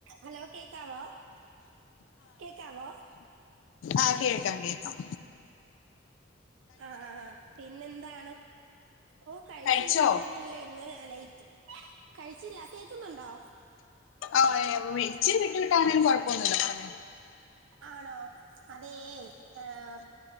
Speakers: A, on the right (about 75°); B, on the left (about 70°).
A: Hello കേക്കാവോ കേക്കാവോ
B: ആ് കേൾക്കാം കേൾക്കാം
A: ആ ആ ആ പിന്നെന്താണ് ഓ കഴിച്ചില്ല
B: കഴിച്ചോ
A: ഞാൻ പറഞ്ഞില്ലില്ലേ ഇന്ന് ലേറ്റ് കഴിച്ചില്ല കേക്കുന്നുണ്ടോ
B: ഓഹ്ച്ചി കട്ടി കാ ആണാലും കുഴപ്പൊന്നല്ലോ പറഞ്ഞ <unintelligible>
A: ആണോ അതെ ഏഹ